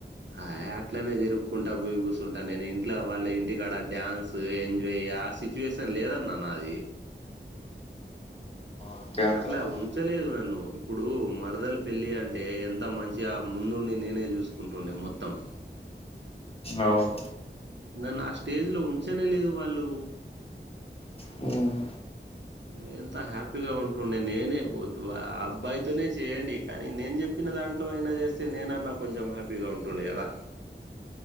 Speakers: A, on the right; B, on the left.
A: ఆ అట్లనే తిరుకుంటా బోయి కూసుంటా నేను ఇంట్లో అవ్వాల ఇంటికాడ డ్యాన్సు ఎంజాయ్ ఆ సిచ్యువేషన్ లేదా నాన్న అది
B: అంతే అంటావా
A: అట్లా ఉంచలేదు నన్ను ఇప్పుడు మరదలు పెళ్ళి అంటే ఎంత మంచిగా ముందుండి నేనే చూసుకుంటుండే మొత్తం
B: అవును
A: నన్ను ఆ స్టేజ్ లో ఉంచనే లేదు వాళ్ళు
B: హ్మ్
A: అమ్ ఎంత హ్యాపీగా ఉంటుండే నేనే ఓ ద్దు అబ్బాయితోనే చేయండి కానీ నేను చెప్పిన దాంట్లో అయినా చేస్తే నేనన్నా కొంచెం హ్యాపీగా ఉంటుండే కదా